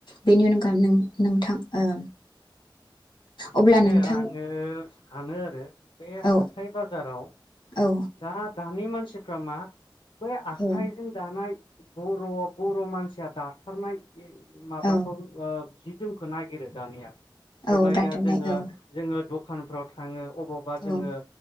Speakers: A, on the left; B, on the left.
A: बेनो
B: उम
A: नों नोंथां ओ अब्ला
B: बेनो
A: नोंथां
B: आङो सानो रो बे
A: औ
B: हाथाय बाजाराव
A: औ
B: दा दानि मान सिफ्रा मा बै आखाइजों
A: औ
B: दानाय बर' बर' मानसिया दाथारनाय बे माबाखौ
A: औ
B: ओ जि जोमखौ नागिरो दानिया।
A: औ
B: जेब्ला
A: दाथारनाय
B: ग जोङो
A: औ
B: जोङो द खानफ्राव थाङो अबावबा जोङो
A: औ